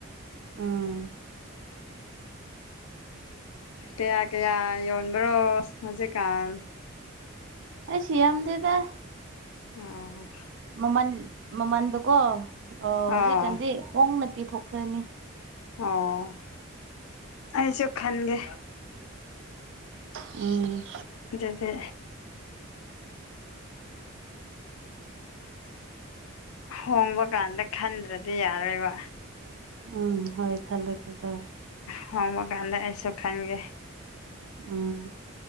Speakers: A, on the right; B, on the left.
A: ꯎꯝ
B: ꯀꯌꯥ ꯀꯌꯥ ꯌꯣꯟꯕꯔꯣ ꯍꯧꯖꯤꯛꯀꯥꯟ
A: ꯑꯩ ꯁꯤ ꯌꯥꯝ ꯑꯃꯗꯦꯗ
B: ꯎꯝ
A: ꯃꯃꯜ ꯃꯃꯜꯗꯨꯀꯣ ꯍꯧꯖꯤꯛꯀꯥꯟꯗꯤ
B: ꯑꯣ
A: ꯍꯣꯡꯅ ꯄꯤꯊꯣꯛꯈ꯭ꯔꯅꯤ
B: ꯑꯣ ꯑꯩꯁꯨ ꯈꯟꯒꯦ
A: ꯎꯝ
B: ꯑꯗꯨꯗꯤ ꯍꯣꯡꯕ ꯀꯥꯟꯗ ꯈꯟꯗ꯭ꯔꯗꯤ ꯑꯗꯨ ꯌꯥꯔꯣꯏꯕ
A: ꯎꯝ ꯍꯣꯏ ꯈꯜ ꯂꯩꯦ ꯈ ꯇ
B: ꯍ ꯒꯥꯟꯗ ꯍꯥꯏꯁꯨ ꯈꯥꯟꯒ
A: ꯎꯝ